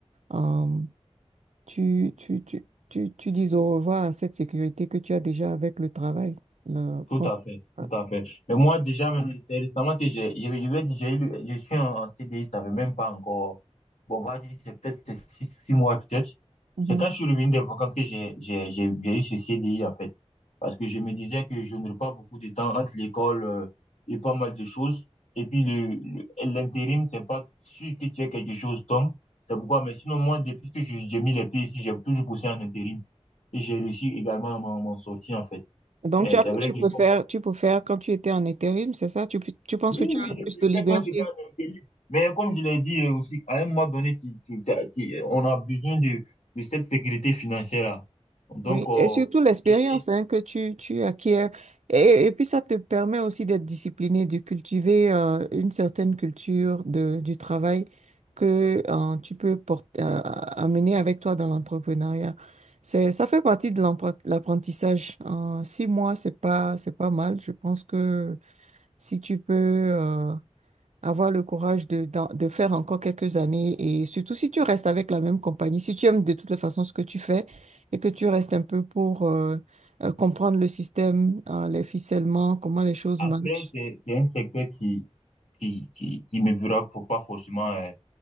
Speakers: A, on the right (about 80°); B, on the left (about 80°).
A: euh, tu, tu, tu, tu, tu dises au revoir à cette sécurité que tu as déjà avec le travail. là,
B: tout
A: quand-
B: à fait,
A: Ah,
B: tout à fait. Mais moi, déjà, même, c'est récemment que j'ai, je vais je vais dire, j'ai eu le- je suis en, en CDI, ça fait même pas encore, bon, on va dire, c'est peut-être c'est six, six mois, peut-être.
A: mhm.
B: C'est quand je suis revenu des vacances que j'ai, j'ai, j'ai j'ai eu ce CDI, en fait. parce que je me disais que je n'aurais pas beaucoup de temps entre l'école euh, et pas mal de choses. Et puis le, le- l'intérim, c'est pas sûr que tu aies quelque chose. Donc, c'est pourquoi. Mais sinon, moi, depuis que je- j'ai mis les pieds ici, j'ai toujours bossé en intérim. Et j'ai réussi également à m'en m'en sortir, en fait.
A: Donc,
B: Mais
A: tu as-
B: c'est vrai
A: tu
B: que,
A: préfères,
B: comme-
A: tu préfères quand tu étais en intérim, c'est ça? Tu, tu penses
B: oui,
A: que tu
B: oui,
A: avais plus
B: j'ai préféré
A: de liberté?
B: quand j'étais en intérim. Mais comme je l'ai dit euh, aussi, à un moment donné, tu- tu- t'as- tu- on a besoin de, de cette sécurité financière-là. Donc,
A: Oui,
B: euh,
A: et surtout l'expérience
B: et, et
A: hein, que tu, tu acquiers. Et, et puis ça te permet aussi d'être discipliné, de cultiver euh, une certaine culture de, du travail que euh, tu peux porter, euh, amener avec toi dans l'entrepreneuriat. C'est, ça fait partie de l'empre- l'apprentissage. Euh, six mois, c'est pas, c'est pas mal. Je pense que si tu peux euh, avoir le courage de, d'en- de faire encore quelques années et surtout si tu restes avec la même compagnie, si tu aimes de toutes les façons ce que tu fais et que tu restes un peu pour euh, euh, comprendre le système, hein, les ficellements, comment les choses
B: après,
A: marchent.
B: c'est c'est un secteur qui, qui, qui, qui me fera faut pas forcément euh,